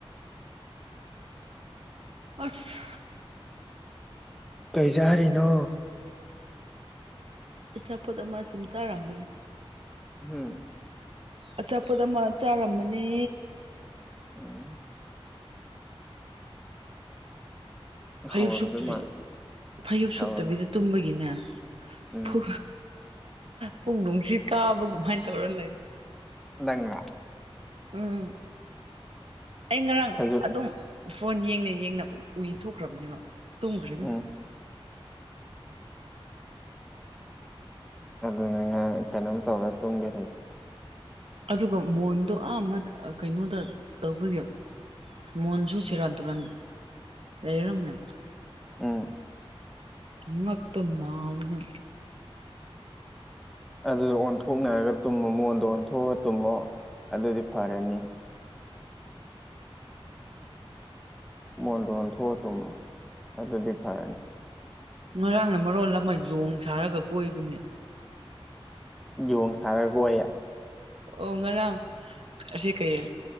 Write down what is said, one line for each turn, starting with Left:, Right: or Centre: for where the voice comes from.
Right: ꯑ꯭ꯁ
Centre: ꯀꯩꯆꯥꯔꯤꯅꯣ
Right: ꯑꯆꯥꯄꯣꯠ ꯑꯃ ꯁꯨꯝ ꯆꯥꯔꯝꯕꯅꯦ
Centre: ꯎꯝ
Right: ꯑꯆꯥꯄꯣꯠ ꯑꯃ ꯆꯥꯔꯝꯕꯅꯦ
Centre: ꯎꯝ
Right: ꯐꯩꯖꯨꯞ
Centre: ꯍꯧꯔꯝꯗꯣꯏ
Right: ꯁꯨꯞꯇꯕꯤ
Centre: ꯃꯥꯜ
Right: ꯐꯩꯖꯨꯞ
Centre: ꯍꯧꯔꯝ
Right: ꯁꯨꯞꯇꯕꯤꯗ ꯇꯨꯝꯕꯒꯤꯅꯦ
Centre: ꯎꯝ
Right: ꯐꯨ ꯄꯨꯛ ꯅꯨꯡꯁꯤꯠ ꯀꯥꯕ ꯒꯨꯃꯥꯏ ꯇꯧꯔ ꯂꯩ
Centre: ꯅꯪꯔ
Right: ꯎꯝ ꯑꯩ ꯉꯔꯥꯡ
Centre: ꯈꯖꯤꯛ
Right: ꯑꯗꯨꯝ ꯐꯣꯟ ꯌꯦꯡꯅ ꯌꯦꯡꯅ ꯎꯏ ꯊꯣꯛꯈ꯭ꯔꯕꯅꯦꯕ ꯇꯨꯝꯈꯔꯦ ꯑꯗꯨꯝ
Centre: ꯎꯝ ꯑꯗꯨꯅꯦ ꯅꯪ ꯀꯩꯅꯣꯝ ꯇꯧꯔ ꯇꯨꯝꯒꯦ ꯂꯩ
Right: ꯑꯗꯨꯒ ꯃꯣꯟꯗꯣ ꯑꯥ ꯑꯃ ꯑꯥ ꯀꯩꯅꯣꯗ ꯇꯧꯕꯒꯤ ꯃꯣꯟꯁꯨꯨ ꯁꯦꯔꯥꯟ ꯇꯨꯔꯥꯟ ꯂꯩꯔꯝꯃꯦ
Centre: ꯎꯝ
Right: ꯉꯛꯇꯣ ꯅꯥꯕꯗ
Centre: ꯑꯗꯨ ꯑꯣꯟꯊꯣꯛꯅꯔꯒ ꯇꯨꯝꯃꯣ ꯃꯣꯟꯗꯣ ꯑꯣꯟꯊꯣꯛꯑ ꯇꯨꯝꯃꯣ ꯑꯗꯨꯗꯤ ꯐꯔꯅꯤ ꯃꯣꯟꯗꯣꯟ ꯑꯣꯟꯊꯣꯛꯑ ꯇꯨꯝꯃꯣ ꯑꯗꯨꯗꯤ ꯐꯔꯅꯤ
Right: ꯉꯔꯥꯡꯅ ꯃꯔꯣꯜ ꯑꯃ ꯌꯣꯡ ꯁꯥꯔꯒ ꯀꯣꯏꯕꯅꯦ
Centre: ꯌꯣꯡ ꯁꯥꯔꯒ ꯀꯣꯏꯌꯦ
Right: ꯑꯣ ꯉꯔꯥꯛ ꯑꯁꯤ ꯀꯩꯌꯦ